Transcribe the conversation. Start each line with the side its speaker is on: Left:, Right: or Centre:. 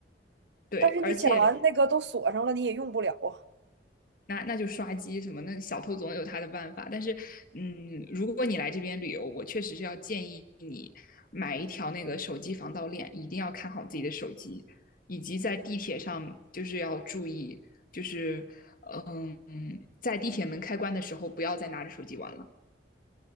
Left: 对，
Right: 但是你抢完那个都锁上了，
Left: 而且
Right: 你也用不了啊！
Left: 那那就刷机什么，那小偷总有他的办法。但是，嗯，如果你来这边旅游，我确实是要建议你买一条那个手机防盗链，一定要看好自己的手机，以及在地铁上就是要注意，就是嗯，在地铁门开关的时候不要再拿着手机玩了，